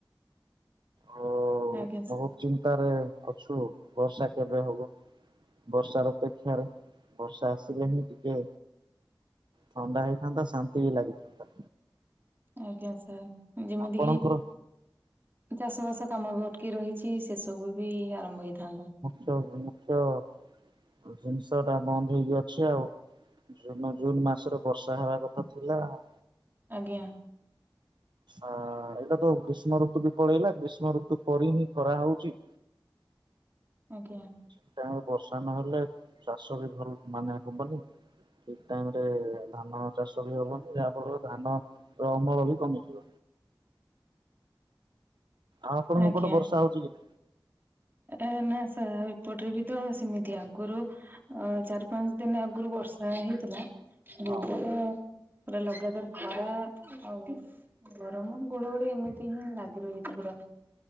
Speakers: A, on the right; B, on the right.
A: ଆଉ
B: ଆଜ୍ଞା
A: ବହୁତ
B: ସା
A: ଚିନ୍ତାରେ ଅଛୁ ବର୍ଷା କେବେ ହବ। ବର୍ଷାର ଅପେକ୍ଷାରେ ବର୍ଷା ଆସିଲେ ହିଁ ଟିକେ ଥଣ୍ଡା ହେଇଥାନ୍ତା ଶାନ୍ତି ବି ଲାଗିଥାନ୍ତା।
B: ଆଜ୍ଞା ସାର୍ ଯେମିତିକିି
A: ଆପଣଙ୍କର
B: ଚାଷ ବାସ କାମ ବି ଅଟ କି ରହିଛି ସେ ସବୁ ବି ଆରମ୍ଭ ହେଇଥାନ୍ତା।
A: ସବୁ ମୁଖ୍ୟ ଜିନିଷଟା ବନ୍ଦ ହେଇକି ଅଛି ଆଉ ଯୋଉଦିନ ଜୁନ ମାସରେ ବର୍ଷା ହେବା କଥା ଥିଲା ଆଉ
B: ଆଜ୍ଞା।
A: ଏଇଟା ତ ଗ୍ରୀଷ୍ମ ଋତୁ ବି ପଳେଇଲା ଗ୍ରୀଷ୍ମ ଋତୁ ପରି ହିଁ ଖରା ହଉଛି।
B: ଆଜ୍ଞା।
A: ଠିକ ବର୍ଷା ନହେଲେ ଚାଷ ବି ଭଲ ମାନେ ହବନି। ଠିକ ଟାଇମ ରେ ଧାନ ଚାଷ ବି ହବନି ଯାହା ଫଳରେ ଧାନ ର ଅମଳ ବି କମିଯିବ। ଆଉ ଆପଣଙ୍କ
B: ଆଜ୍ଞା
A: ଗୋଟେ ବର୍ଷା ହଉଛି କି?
B: ଏ ନା ସାର୍ ଏପଟରେ ବି ତ ସେମିତି ଆଗରୁ ଅ ଚାରି ପାଞ୍ଚ ଦିନ ଆଗରୁ ବର୍ଷା ହେଇଥିଲା ପୁରା
A: ହଁ
B: ଲଗାତାର ଖରା ଆଉ ଗରମ ଗୋଳି ଗୋଳି ଏମିତି ହିଁ ଲାଗି ରହଛି ପୁରା।